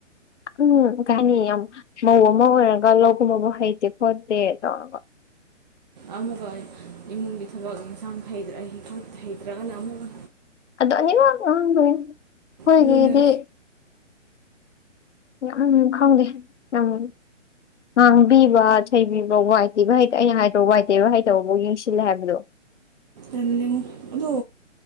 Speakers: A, on the left (about 65°); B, on the right (about 35°).
A: ꯎꯝ ꯀꯅꯤ ꯌꯥꯝ ꯃꯧ ꯑꯃ ꯑꯣꯏꯔꯒ ꯂꯧꯒꯨꯝꯕꯕꯨ ꯍꯩꯇꯦ ꯈꯣꯠꯇꯦ ꯇꯧꯔꯒ
B: ꯑꯃꯒ ꯏꯃꯨꯡꯒꯤ ꯊꯕꯛ ꯏꯟꯁꯥꯡ ꯍꯩꯇ ꯍꯛ ꯍꯩꯇ꯭ꯔꯒꯅ ꯑꯃꯨꯛꯒ
A: ꯑꯗꯣ ꯑꯅꯤ ꯅ ꯑꯍꯥꯡ ꯂ ꯑꯩꯈꯣꯏꯒꯤꯗꯤ
B: ꯑꯗꯨꯅ
A: ꯎꯝ ꯈꯪꯅꯦ ꯎꯪ ꯉꯥꯡꯕꯤꯕ ꯊꯩꯕꯤꯕ ꯋꯥꯏ ꯇꯦꯕ ꯍꯩꯇ ꯑꯩꯅ ꯍꯥꯏ ꯋꯥꯏ ꯇꯩꯕ ꯍꯩꯇꯕꯐꯥꯎ ꯌꯦꯡꯁꯤꯜꯂꯦ ꯍꯥꯏꯕꯗꯣ
B: ꯑꯦꯉ ꯑꯗꯣ